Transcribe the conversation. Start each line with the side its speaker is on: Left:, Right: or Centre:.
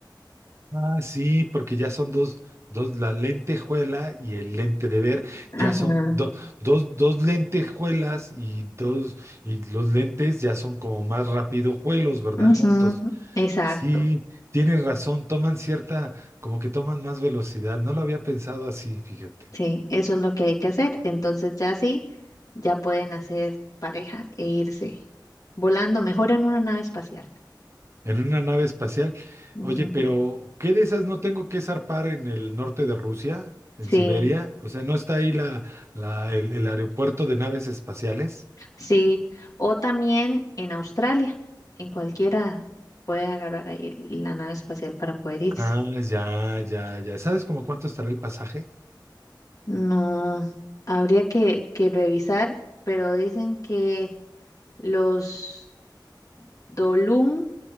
Right: Ah, sí, porque ya son dos, dos, la lentejuela y el lente de ver,
Left: Ajá.
Right: ya son do- dos, dos lentejuelas y dos, y los lentes ya son como más rápido juelos, ¿verdad?
Left: Ujú,
Right: Juntos.
Left: Exacto.
Right: Sí, tienes razón, toman cierta, como que toman más velocidad. No lo había pensado así, fíjate.
Left: Sí, eso es lo que hay que hacer. Entonces ya sí, ya pueden hacer pareja e irse volando mejor en una nave espacial.
Right: En una nave espacial.
Left: Ujú.
Right: Oye, pero ¿qué de esas no tengo que zarpar en el norte de Rusia, en
Left: Sí,
Right: Siberia? O sea, ¿no está ahí la, la- el, el aeropuerto de naves espaciales?
Left: sí. O también en Australia, en cualquiera puede agarrar ahí la nave espacial para poder irse.
Right: Ah, ya, ya, ya. ¿Sabes como cuánto estará el pasaje?
Left: No, habría que, que revisar, pero dicen que los Dolum